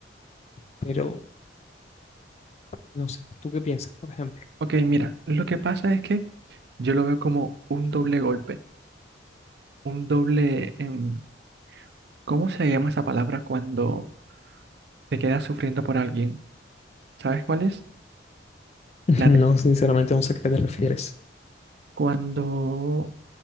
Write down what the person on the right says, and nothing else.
Ok, mira, lo que pasa es que yo lo veo como un doble golpe, un doble... em, ¿cómo se llama esa palabra cuando te quedas sufriendo por alguien? ¿Sabes cuál es?
La
te-
cuando